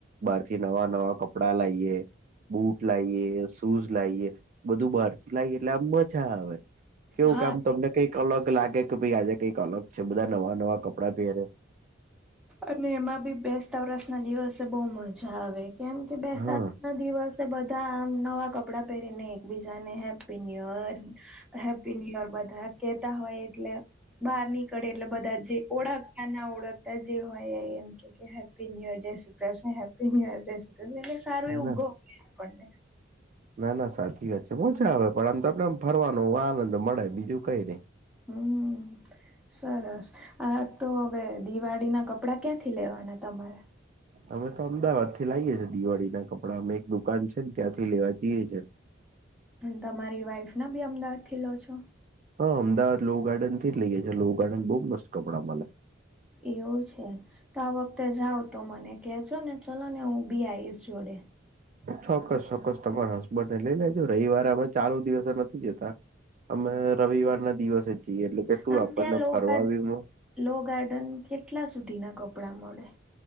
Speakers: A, on the right; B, in the centre.
A: બાર થી નવા નવા કપડા લાઈએ. બૂટ લાઈએ, શૂઝ લાઈએ, બધું બાહારથી લાઈએ એટલે આમ મજા આવે. કેવું
B: હા
A: કામ તમને કઈક અલગ લાગે, કે ભાઈ આજે કઈક અલગ છે બધા નવા નવા કપડાં પહેરે.
B: અને એમાં બી બેસતા વરસ ના દિવસે બહું મજા આવે કેમ કે બેસતા
A: હા
B: ના દિવસે બધા આમ નવા કપડાં પહેરીને એકબીજા ને happy new year. Happy new year બધા કેતા હોય એટલે બહાર નીકળે એટલે બધા જ જે ઓળખતાના ઓળખતા જ એમ કેય કે હેપ્પી ન્યૂ ઇયર જય Shri Krishna happy new year જય શ્રી કૃષ્ણ. સારું એવું
A: ના
B: ગમે આપણને.
A: ના ના સાચી વાત છે. મજા આવે પણ આમ ત આપડે આમ ફરવાનો આનંદ મળે બીજું કઈ નહી.
B: હમ. સરસ, આ તો હવે દિવાળીના કપડા ક્યાંથી લેવાના તમારા?
A: અમે તો અમદાવાદ થી લાઈએ છીએ દિવાળી ના કપડાં અમે એક દુકાન છે ને ત્યાંથી લેવા જઈએ છીએ.
B: અને તમારી વાઈફ ના બી અમદાવાદથી લાવો છો?
A: હા અમદાવાદ લો ગાર્ડન થી જ લઇએ છે લો ગાર્ડન બહું મસ્ત કપડાં મલે.
B: એવું છે, તો આ વખતે જાવ. તો મને કહેજો ને ચલો ને હું બી આઈશ જોડે.
A: ચોક્કસ ચોક્કસ તમારા હસબન્ડને લઈ લેજો રવિવારે અમે ચાલુ દિવસે નથી જતા. અમે રવિવાર ના દિવસે જ જઈએ એટલે કે શું
B: આમ
A: આપણને
B: ત્યાં લો
A: ફરવાબી
B: ગાર્ડ
A: મળે
B: લો ગાર્ડન કેટલા સુધીના કપડાં મળે?